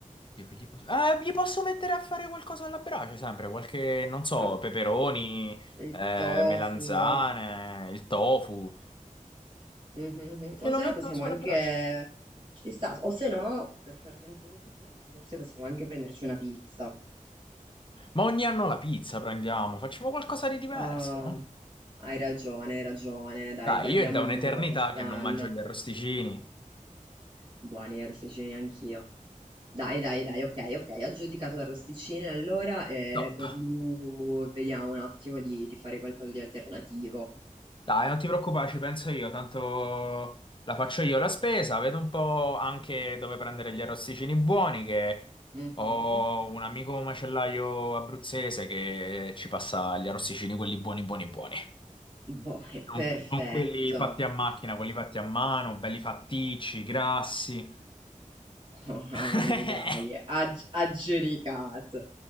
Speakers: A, on the left (about 35°); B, on the right (about 35°).
A: Io che gli posso... Eh, gli posso mettere a fare qualcosa alla brace, sempre, qualche, non so,
B: Ah,
A: peperoni,
B: il
A: eh,
B: tofu.
A: melanzane,
B: Mhm,
A: il tofu.
B: mhm.
A: Glielo
B: O se
A: metto
B: no possiamo
A: sulla
B: anche...
A: brace.
B: Ci sta. O se no, per far contenti tutti, forse possiamo anche prenderci una pizza.
A: Ma ogni anno la pizza prendiamo, facciamo qualcosa di diverso.
B: Ah, hai ragione, hai ragione. Dai,
A: Dai,
B: variamo
A: io è da
B: un
A: un'eternità
B: po' quest'anno.
A: che non mangio gli arrosticini.
B: Buoni eh, arrosticini anch'io. Dai, dai, dai, ok, ok, aggiudicato arrosticini allora eh,
A: Top.
B: per lui vediamo un attimo di, di fare qualcosa di alternativo.
A: Dai, non ti preoccupare, ci penso io, tanto la faccio io la spesa, vedo un po' anche dove prendere gli arrosticini buoni, che
B: Mhm.
A: ho un amico macellaio abruzzese che ci passa gli arrosticini, quelli buoni, buoni, buoni.
B: Boh, è perfetto.
A: Non, non quelli fatti a macchina, quelli fatti a mano, belli fatticci, grassi.
B: Buoni,
A: <laughs>
B: dai, aggi- aggiudicato.